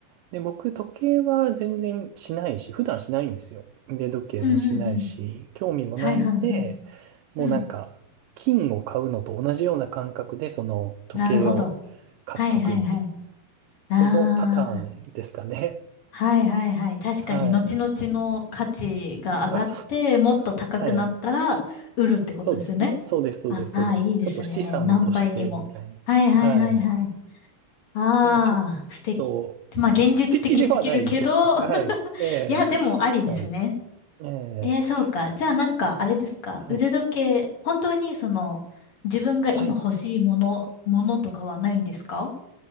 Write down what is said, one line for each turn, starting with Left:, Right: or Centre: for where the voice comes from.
Right: で、僕時計は全然しないし、普段しないんですよ。腕時計もしないし、
Left: うんうんうん。
Right: 興味もないんで、
Left: はいはいはい。
Right: もうなんか金を買うのと同じような感覚でその時計を買っとくみたいな。
Left: うん。なるほど。はいはいはい。ああ。
Right: このパターンですかね。
Left: はいはいはい。確かに、
Right: はい。
Left: 後々の価値が上がって、
Right: あ、そう。
Left: もっと高くなったら、
Right: はい。
Left: 売るってことですよね。
Right: そうですね。そうです、そうです、
Left: ああー、
Right: そうです。
Left: いいですね。
Right: ちょっと資産としてみたいな。
Left: 何倍にも。はいはいはいはい。
Right: はい。
Left: ああ、
Right: でもちょっ
Left: 素敵。
Right: と、
Left: まあ、現実的すぎるけど、
Right: 素敵ではないですね。
Left: <laughs>
Right: はい。ええ
Left: いや、でもありですね。
Right: はい。ええ
Left: えー、そうか。じゃあなんか、あれですか。
Right: はい。
Left: 腕時計、本当にその、自分が今欲しいもの、
Right: はい。
Left: ものとかはないんですか